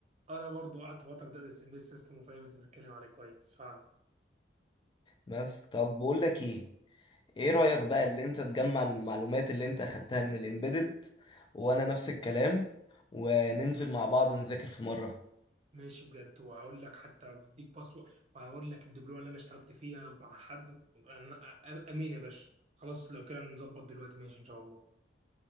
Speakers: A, on the right; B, on the left.
A: انا برضو قعدت فتره ادرس امبيد سيستم وفاهم انت بتتكلم عليه كويس فعلا
B: بس طب بقول لك ايه ايه
A: قول
B: رأيك
A: لي.
B: بقى اللي انت تجمع المعلومات اللي انت اخدتها من الامبيدد وانا نفس الكلام وننزل مع بعض نذاكر في مرة
A: ماشي بجد وهقول لك حتى بديك باسورد وهقول لك الدبلومه اللي انا اشتركت فيها مع حد أنا- أ- امين يا باشا خلاص لو كده نظبط دلوقتي ماشي ان شاء الله